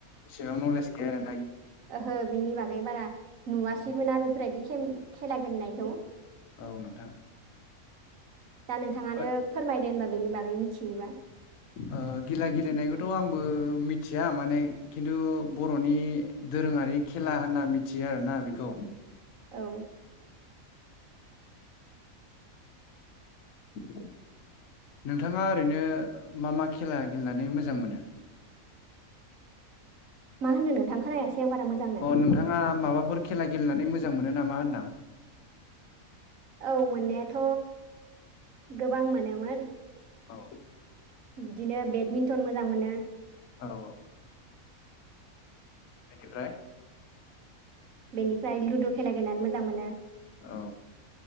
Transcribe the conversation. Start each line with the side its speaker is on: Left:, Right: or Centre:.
Left: बेसेबां न'लेज गैया आरो
Right: ओहो बेनि बागै बारा नुवासैबो
Left: औ
Right: ना बेफोरबायदि खेला गेलेनायखौ
Left: औ नोंथां
Right: दा नोंथाङानो
Left: ओ
Right: फोरमायदो होनबा बेनि बागै मिथियोबा।
Left: ओ गिला गेलेनायखौथ' आंबो मिथिया माने खिन्थु बर'नि दोरोङारि खेला होनना मिथियो आरोना बेखौ।
Right: औ
Left: <inaudible> नोंथाङा ओरैनो मा मा खेला गेलेनानै मोजां मोनो
Right: मा होनदों नोंथां खोनायासै आं बारा मोजांनो
Left: अ नोंथाङा माबाफोर खेला गेलेनानै मोजां मोनो नामा होनदां।
Right: औ मोननायाथ' गोबां मोनोमोन।
Left: औ।
Right: बिदिनो बेटमिन्टन मोजां मोनो।
Left: औ औ। बेनिफ्राय
Right: बेनिफ्राय लुद' खेला गेलेनानै मोजां मोनो।
Left: औ।